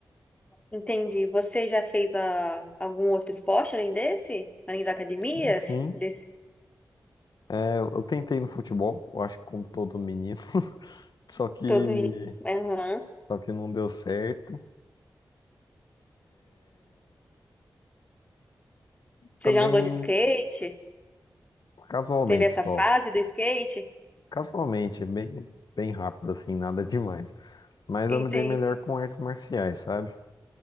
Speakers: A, on the left; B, on the left.
A: Entendi. Você já fez ah, algum outro esporte além desse? Além da academia?
B: Sim, sim.
A: Desse
B: É, eu eu tentei no futebol, eu acho que como todo menino, <laughs> só que
A: todo menino. Aham.
B: só que não deu certo.
A: Você
B: Também
A: já andou de skate?
B: casualmente
A: Teve essa
B: só.
A: fase do skate?
B: Casualmente, é bem bem rápido assim, nada demais. Mas
A: Entendi.
B: eu me dei melhor com artes marciais, sabe?